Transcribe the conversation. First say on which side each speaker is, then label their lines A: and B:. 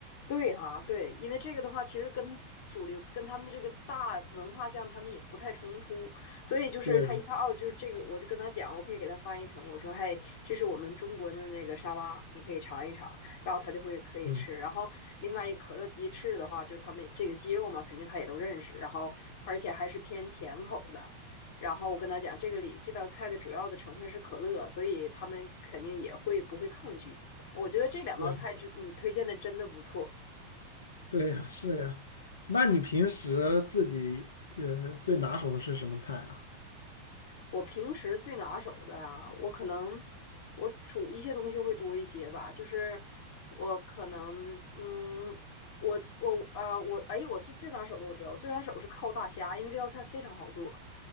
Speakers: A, on the left; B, on the left.
A: 对哈，对，因为这个的话，其实跟主流跟他们的这个大文化像，他们也不太冲突，所以就是他一看哦，
B: 对，
A: 就是这个，我就跟他讲，我可以给他翻译成，我说，嘿，这是我们中国的那个沙拉，你可以尝一尝，然后他就会可以吃。
B: 嗯，
A: 然后另外一可乐鸡翅的话，就他们这个鸡肉嘛，肯定他也都认识，然后而且还是偏甜口的。然后我跟他讲，这个里这道菜的主要的成分是可乐，所以他们肯定也会不会抗拒。我觉得这两道菜之你推荐的真的不错。
B: 对，对呀，是呀。那你平时自己呃最拿手的是什么菜啊？
A: 我平时最拿手的啊，我可能我煮一些东西会多一些吧，就是我可能嗯，我我啊、我哎，我最最拿手的我知道，我最拿手是靠大虾，因为这道菜非常好做